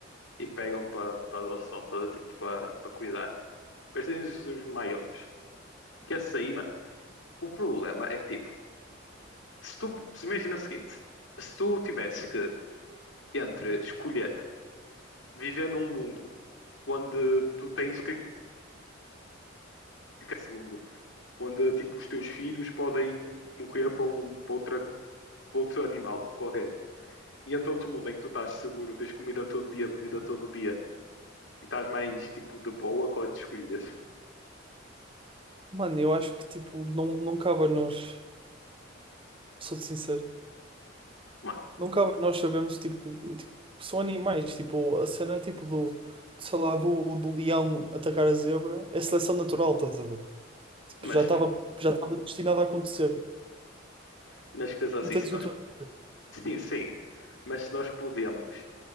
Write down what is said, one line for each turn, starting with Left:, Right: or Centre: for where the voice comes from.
Left: e pegam para adoção, estás a ver? Tipo para cuidar. Mas tem os os maiores. Que esse aí, mano. O problema é que tipo. Se tu. Se imagina o seguinte. Se tu tivesses que. Entre escolher viver num mundo onde tu tens que ficar segundo, onde tipo os teus filhos podem morrer para um para outra, para outro animal qualquer E entra outro mundo em que tu estás seguro, tens comida todo dia, bebida todo dia e estás mais tipo de boa, qual é que tu escolhias?
Right: Mano, eu acho que, tipo, não, não cabe a nós, sou-te sincero,
Left: Ma-
Right: não cabe a nós sabermos, tipo, que, tipo, que são animais. Tipo, a cena, tipo, do, sei lá, do, do leão atacar a zebra é seleção natural, estás a ver? Tipo,
Left: Mas,
Right: já estava já estava destinado a acontecer.
Left: mas pensa assim,
Right: Entendes
Left: se
Right: o
Left: nós.
Right: que eu estou a dizer?
Left: Sim, sim. Mas se nós podemos